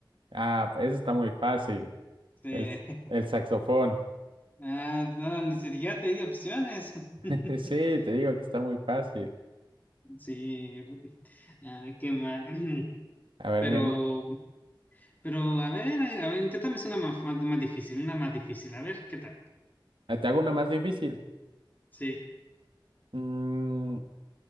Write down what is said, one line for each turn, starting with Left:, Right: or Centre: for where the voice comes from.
Right: ah, eso está muy fácil.
Left: Sí.
Right: El,
Left: <laughs>
Right: el saxofón.
Left: Ah, no, ni siquiera te di opciones.
Right: <laughs>
Left: <laughs>
Right: Sí, te digo que está muy fácil.
Left: Sí, ah, qué mal. <clears throat>
Right: A ver,
Left: Pero,
Right: mira,
Left: pero, a ver, a ver, inténtame hacer una más, más- más difícil, una más difícil, a ver, ¿qué tal?
Right: eh, te hago una más difícil.
Left: Sí,
Right: Mm,